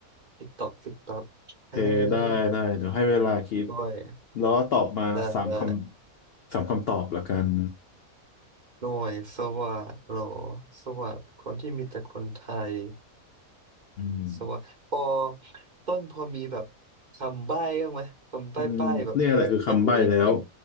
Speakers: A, on the right; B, on the left.
A: ติ๊กตอกติ๊กตอกเอ้ย
B: โอเคได้ได้เดี๋ยวให้เวลาคิด
A: ด้วย
B: แล้วตอบมาสามคำสามคำตอบละกัน
A: ได้ได้ หน่วยสวัสดิ์เหรอสวัสดิ์คนที่มีแต่คนไทย
B: อืม
A: สวัสดิ์พอต้นพอมีแบบคำใบ้บ้างไหมคำใบ้ใบ้แบบ
B: อืมเนี่ยแหละคือคำใบ้แล้ว
A: สักนิดนึง